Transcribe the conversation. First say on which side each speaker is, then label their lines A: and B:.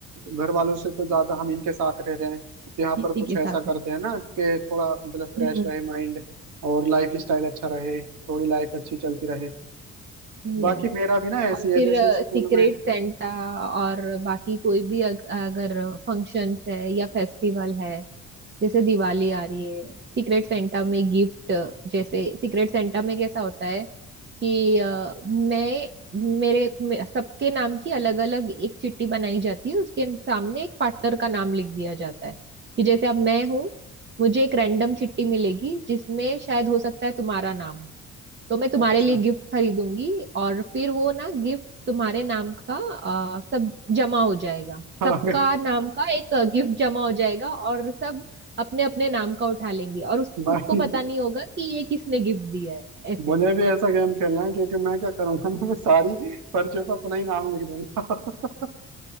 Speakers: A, on the right; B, on the right.
A: घर वालों से तो ज्यादा हम इनके साथ रह रहे हैं तो यहाँ
B: किसी
A: पर कुछ
B: के
A: ऐसा
B: साथ
A: करते हैं ना कि थोड़ा मतलब फ्रेश
B: हम्म
A: रहे माइंड और लाइफ स्टाइल अच्छा रहे थोड़ी लाइफ अच्छी चलती रहे बाकी
B: यस
A: मेरा भी ना ऐसी
B: और
A: है
B: फिर
A: जैसे स्कूल
B: सीक्रेट
A: में
B: सेंटा और बाकी कोई भी अग, अगर फंक्शंस है या फेस्टिवल है जैसे दिवाली आ रही है सीक्रेट सेंटा में गिफ्ट जैसे सीक्रेट सेंटा में कैसा होता है कि अ, मैं मेरे मे, सबके नाम की अलग अलग एक चिट्ठी बनाई जाती है उसके सामने एक पार्टनर का नाम लिख दिया जाता है कि जैसे अब मैं हूँ मुझे एक रैंडम चिट्ठी मिलेगी जिसमें शायद हो सकता है तुम्हारा नाम हो तो मैं तुम्हारे
A: अच्छा
B: लिए गिफ्ट खरीदूंगी और फिर वो ना गिफ्ट तुम्हारे नाम का अ, सब जमा हो जाएगा
A: हाँ
B: सबका नाम का एक गिफ्ट जमा हो जाएगा और सब अपने अपने नाम का उठा लेंगे और उस
A: भाई
B: खुद को पता नहीं होगा कि ये किसने गिफ्ट दिया है ऐसे
A: मुझे भी ऐसा गेम खेलना है क्योंकि मैं क्या करूंगा ना मैं सारी पर्चियों पर अपना ही नाम लिख दूंगा